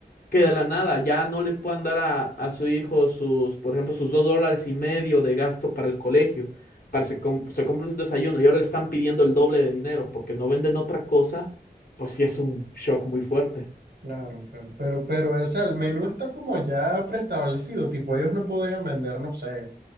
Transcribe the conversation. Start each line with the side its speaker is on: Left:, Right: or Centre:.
Left: que de la nada ya no les puedan dar a, a su hijo sus, por ejemplo, sus dos dólares y medio de gasto para el colegio, para se, com- se compre un desayuno y ahora le están pidiendo el doble de dinero porque no venden otra cosa, pues sí es un shock muy fuerte.
Right: Claro, claro. Pero, pero, o sea, el menú está como ya preestablecido. Tipo, ellos no podrían vender, no sé,